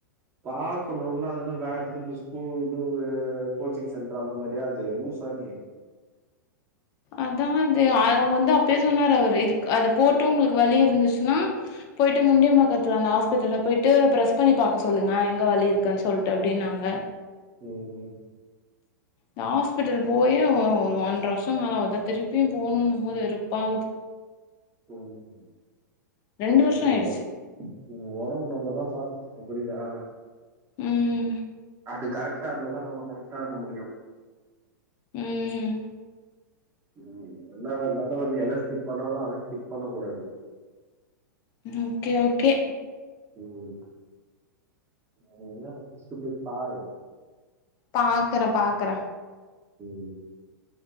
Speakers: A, on the right (about 25°); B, on the left (about 35°).
A: பாக்கணும்னா அதுனா வேற எது இந்த ஸ்கூல் இதுவு கோச்சிங் சென்டர்ரா அந்த மாதிரியா அது லூசா நீ
B: அதா அது அவுங்க வந்து அப்யே சொன்னாரு அவரு இது அது போட்டு உங்களுக்கு வலி இருந்துச்சின்னா போயிட்டு முண்டியம்பக்கத்துல அந்த ஹாஸ்பிட்டல போய்ட்டு பிரஸ் பண்ணி பாக்க சொல்லுங்க எங்க வலி இருக்குன் சொல்ட்டு அப்டின்னாங்க
A: ம் ம்
B: நா ஹாஸ்பிட்டல் போயே ஒரு ஒன்ற வருஷ் ரொம்ப நாளாவுதா திருப்பியு போனும்ன்னும் போது வெறுப்பாவுது
A: ம்
B: ரெண்டு வருஷோ
A: லவ்வோட
B: ஆயிடுச்சு
A: நம்ப ஒடம்பு நம்மதா பாத்துக்கோ புரியிதா
B: ம்
A: அது கரெக்டா இருந்தா தா நம்ம கரெக்டா இருக்க முடியோ
B: ம் ம்
A: ம் என்னா இருந்தாலும் வந்து எத ஸ்கிப் பண்ணாலு அத ஸ்கிப் பண்ணகூடாது
B: ம் ஓகே ஓகே
A: ம் வேற எங்யாவது ஃபஸ்ட்டு போய் பாரு
B: பாக்குற பாக்குற
A: ம்